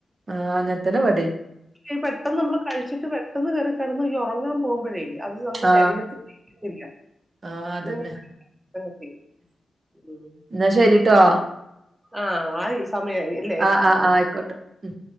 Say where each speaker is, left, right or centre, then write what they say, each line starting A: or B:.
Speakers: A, on the right (about 55°); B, on the right (about 20°).
A: ആ
B: ഉം
A: അങ്ങനത്തന്നെ ഇവിടേം
B: ഈ പെട്ടെന്ന് നമ്മള് കഴിച്ചിട്ട് പെട്ടെന്ന് കേറി കിടന്ന് ഈ ഉറങ്ങാൻ പോകുമ്പോഴേ അത്
A: ആ
B: ശരീരത്തിന് പിടിക്കുന്നില്ല
A: ആ അതന്നെ
B: <unintelligible>
A: എന്നാ ശരിട്ടോ
B: ആഹ് ആയിസമയായി ഇല്ലേ
A: ആ
B: ആഹ്
A: ആ ആ ആയിക്കോട്ടെ ഉം